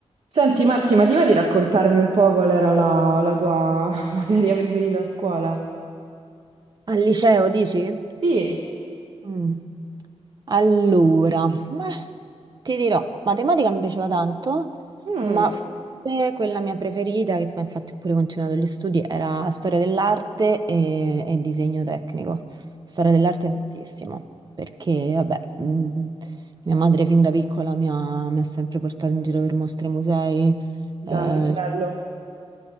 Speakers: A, on the right; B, on the right.
A: Senti Marti, ma ti va di raccontarmi un po' qual era la, la tua <laughs> materia preferita a scuola?
B: Al liceo, dici?
A: Sì.
B: Mm. Allora, beh, ti dirò, matematica mi piaceva tanto,
A: Mm,
B: ma forse quella mia preferita, che poi infatti ho pure continuato gli studi, era storia dell'arte e, e disegno tecnico. Storia dell'arte tantissimo, perché vabbè, mm, mia madre fin da piccola mi ha, mi ha sempre portato in giro per mostre e musei.
A: dai,
B: eh,
A: che bello.